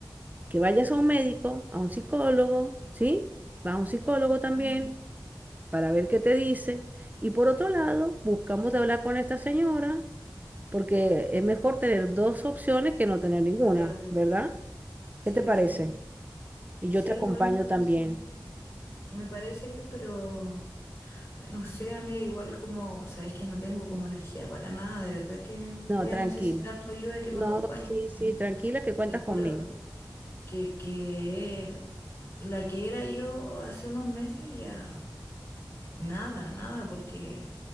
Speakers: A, on the right (about 20°); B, on the left (about 40°).
A: que vayas a un médico, a un psicólogo, ¿sí? Vas a un psicólogo también
B: Mm.
A: para ver qué te dice. Y por otro lado, buscamos de hablar con esta señora, porque es mejor tener dos opciones que no tener ninguna,
B: Claro,
A: ¿verdad?
B: sí,
A: ¿Qué te parece?
B: sí,
A: Y yo
B: sí,
A: te acompaño
B: igual me parece,
A: también.
B: me parece bien, pero... Ay, No sé, amiga, igual como, sabes que no tengo como energía para nada, de verdad que voy
A: No,
B: a
A: tranquila.
B: necesitar tu ayuda y que me
A: No,
B: acompañes,
A: sí,
B: porque
A: sí, tranquila que cuentas
B: te juro
A: conmigo.
B: que, que la que era yo hace unos meses ya nada, nada, porque